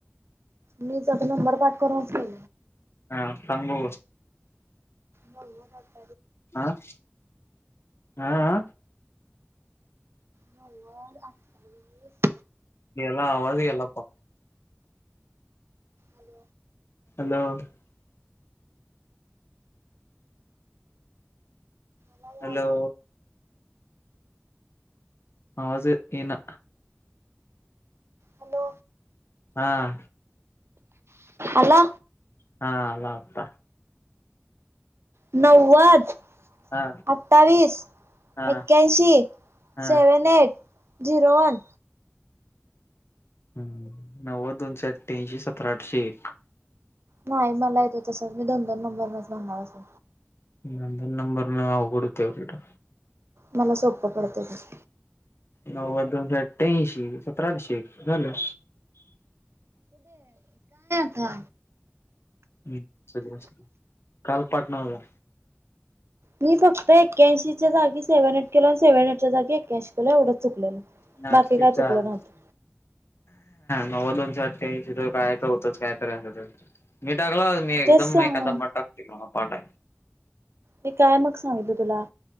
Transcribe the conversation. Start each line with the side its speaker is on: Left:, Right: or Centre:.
Right: मी त्याचा नंबर पाठ करून अस के
Left: हा सांो
Right: हो
Left: आह आा आ
Right: नव्वद अठ्ताावीस
Left: ला वाळजला पा
Right: अल
Left: ह
Right: मलाला
Left: हॅलो आवाज ये ना
Right: हॅलो
Left: हां
Right: अला
Left: हा आप
Right: नव्वद
Left: हा
Right: अठ्ठावीस
Left: हा
Right: एक्क्याऐंशी
Left: हा
Right: सेव्हन एऐट झिरो वन
Left: हम् नव्वद दोनशे अठठ्यांशी सतरा आठशे एक
Right: नाही मला येतो तसच मी दोन दोन नंबर नच म्हणणार असं
Left: नंदन नंबर न आघडूतेवड
Right: मला स्वप्न पडत तस.
Left: नव्वद दोनशे अठ्ठ्यांशी सतराशे झालं.
Right: हा.
Left: हम्म <unintelligible> काल पाटणाला.
Right: मी फक्त एक्याऐंशीच्या जागी सेव्हन एट केल आणि सेव्हनटच्या जागी एक्क्यांशी केल एवढंच चुकलेलं.
Left: अन आठशेचार.
Right: बाकी काय चुकलं नव्हतं
Left: नव्वद दोनशे अटक्याऐंशी तर काय तर होतच काय तरी असी टाला मी एकद
Right: तेच
Left: म
Right: सांग
Left: मंडप ठिकाण पाडले.
Right: मी काय मग सांगितलं तुला